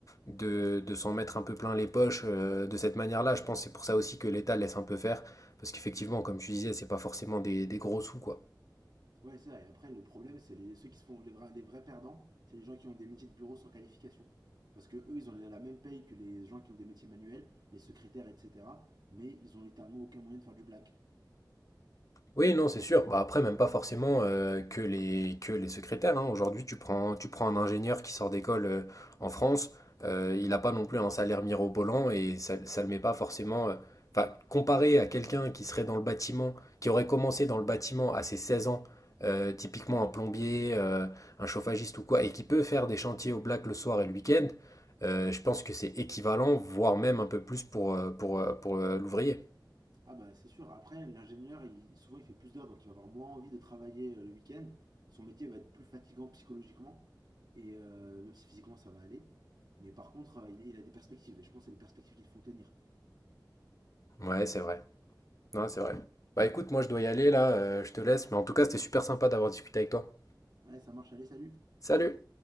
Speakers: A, on the left; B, on the right.
A: de, de s'en mettre un peu plein les poches euh, de cette manière-là. Je pense que c'est pour ça aussi que l'État laisse un peu faire, parce qu'effectivement, comme tu disais, c'est pas forcément des, des gros sous, quoi.
B: Ouais, c'est ça. Et après, le problème, c'est les, ceux qui se font les vrais, les vrais perdants, c'est les gens qui ont des métiers de bureau sans qualification. Parce que eux, ils ont la même paye que les gens qui ont des métiers manuels, les secrétaires, etc. Mais ils ont littéralement aucun moyen de faire du black.
A: Oui, non, c'est sûr. Bah, après, même pas forcément euh, que les, que les secrétaires. hein. Aujourd'hui, tu prends, tu prends un ingénieur qui sort d'école euh, en France, euh, il n'a pas non plus un salaire mirobolant et ça ne le met pas forcément. euh, Enfin, comparé à quelqu'un qui serait dans le bâtiment, qui aurait commencé dans le bâtiment à ses 16 ans, euh, typiquement un plombier, euh, un chauffagiste ou quoi, et qui peut faire des chantiers au black le soir et le week-end, euh, je pense que c'est équivalent, voire même un peu plus pour, euh, pour, euh, pour euh, l'ouvrier.
B: Ah bah c'est sûr. Après, l'ingénieur, il, souvent, il fait plus d'heures, donc il va avoir moins envie de travailler euh, le week-end. Son métier va être plus fatigant psychologiquement, et euh, même si physiquement ça va aller. Mais par contre, euh, il, il a des perspectives, et je pense que c'est des perspectives qu'ils font tenir.
A: Ouais, c'est vrai. Non, c'est vrai. Bah écoute, moi je dois y aller là, euh, je te laisse, mais en tout cas c'était super sympa d'avoir discuté avec toi.
B: Ouais, ça marche, allez, salut
A: Salut!